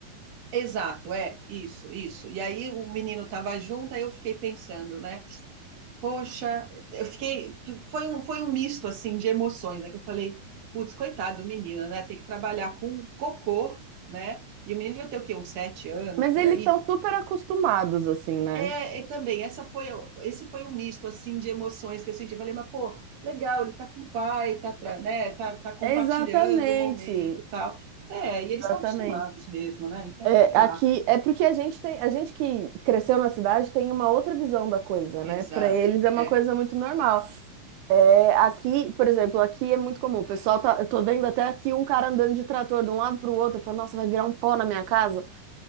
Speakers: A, on the right; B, on the right.
A: exato, é, isso, isso. E aí o menino estava junto, aí eu fiquei pensando, né? Poxa, eu fiquei. Foi um, foi um misto assim de emoções, né? Que eu falei, putz, coitado do menino, né? Tem que trabalhar com cocô, né? E o menino vai ter o quê? Uns sete anos
B: Mas
A: por
B: eles
A: aí.
B: estão super acostumados, assim, né?
A: É, e também, essa foi, esse foi um misto assim de emoções que eu senti. Eu falei, mas pô, legal, ele tá com o pai, tá, tra- né? Tá, tá compartilhando
B: Exatamente.
A: o momento, e tal. É, e eles
B: Exatamente.
A: estão acostumados mesmo, né? Então,
B: É,
A: sei lá.
B: aqui é porque a gente tem, a gente que cresceu na cidade tem uma outra visão da coisa,
A: Exato.
B: né? Para eles é uma
A: É.
B: coisa muito normal. É, aqui, por exemplo, aqui é muito comum. O pessoal tá, eu tô vendo até aqui um cara andando de trator de um lado para o outro, eu falo, nossa, vai virar um pó na minha casa.